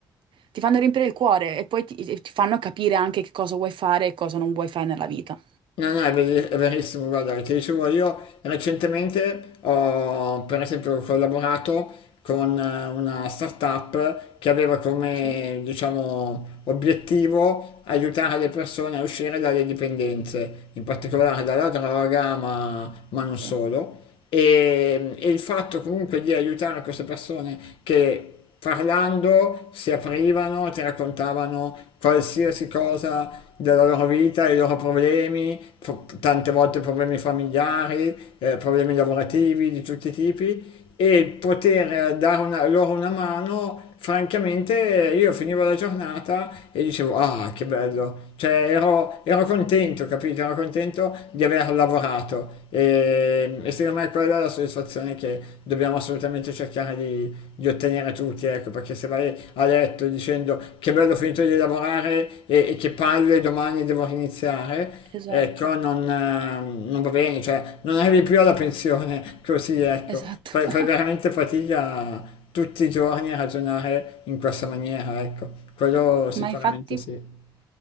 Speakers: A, on the right; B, on the left.
A: ti fanno riempire il cuore e poi ti, e ti fanno capire anche che cosa vuoi fare e cosa non vuoi fare nella vita.
B: No, no, è veri- è verissimo, guarda, ti dicevo io recentemente ho per esempio collaborato con eh, una startup che aveva come,
A: Sì,
B: diciamo, obiettivo aiutare le persone a uscire dalle dipendenze, in particolare dalla droga, ma, ma non solo.
A: Sì,
B: E, e il fatto comunque di aiutare queste persone che parlando si aprivano, ti raccontavano qualsiasi cosa della loro vita, i loro problemi, pro- tante volte problemi familiari, eh, problemi lavorativi di tutti i tipi e poter eh, dare una- loro una mano francamente io finivo la giornata e dicevo, ah, che bello, cioè ero, ero contento, capito? Ero contento di aver lavorato e, e secondo me quella è la soddisfazione che dobbiamo assolutamente cercare di, di ottenere tutti, ecco, perché se vai a letto dicendo che bello ho finito di lavorare e, e che palle domani devo riniziare,
A: esatto,
B: ecco, non, eh, non va bene, cioè non arrivi più alla pensione così, ecco,
A: esatto.
B: fai,
A: <laughs>
B: fai veramente fatica tutti i giorni ragionare in questa maniera, ecco, quello sicuramente
A: Ma infatti.
B: sì.